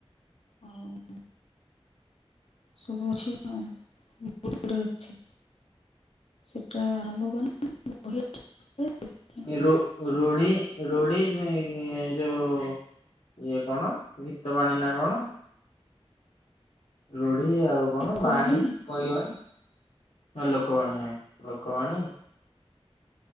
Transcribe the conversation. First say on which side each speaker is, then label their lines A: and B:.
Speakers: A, on the left; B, on the left.
A: ଆଉ ସବୁ ଅଛି ଆଉ ଗୁଡେ ଅଛି ସେଟା ଆରମ୍ଭ କରିନ୍‌। ବହୁତ! <unintelligible> ହ। <unintelligible>
B: ର ରୁଢ଼ି ରୁଢ଼ି ଯୋଉ ଇଏ କଣ ଗୀତ ବାଣି ନା କଣ। ରୁଢି ଆଉ କଣ
A: ଲୋକବାଣୀ
B: ବାଣୀ କହିବ ଲୋକବାଣୀ ଆଉ ଲୋକବାଣୀ।